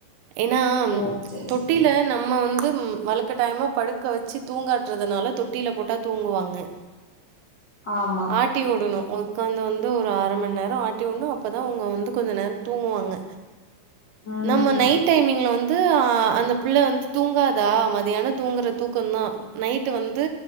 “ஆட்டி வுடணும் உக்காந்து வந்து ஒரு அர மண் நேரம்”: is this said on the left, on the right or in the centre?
Right